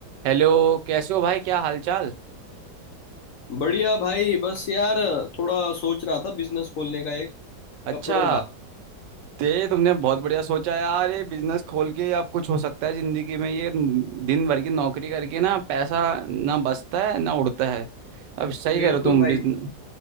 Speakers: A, on the right; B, on the left.
A: हेलो कैसे हो भाई क्या हालचाल
B: बढ़िया भाई बस यार थोड़ा सोच रहा था बिजनेस खोलने का एक
A: अच्छा
B: कपड़ों का
A: ते तुमने बहुत बढ़िया सोचा यार ये बिजनेस खोल के आप कुछ हो सकता है जिंदगी में ये दिन भर की नौकरी करके ना पैसा ना बचता है ना उड़ता है अब सही
B: बिल्कुल
A: कह रहे हो तुम
B: भाई
A: बिजनेस